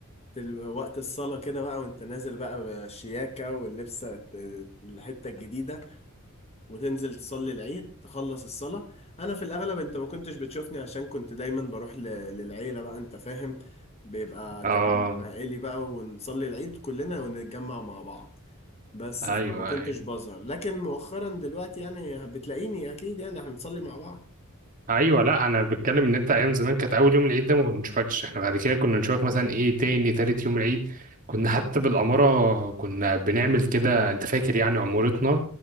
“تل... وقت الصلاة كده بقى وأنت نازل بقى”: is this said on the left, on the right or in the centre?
Left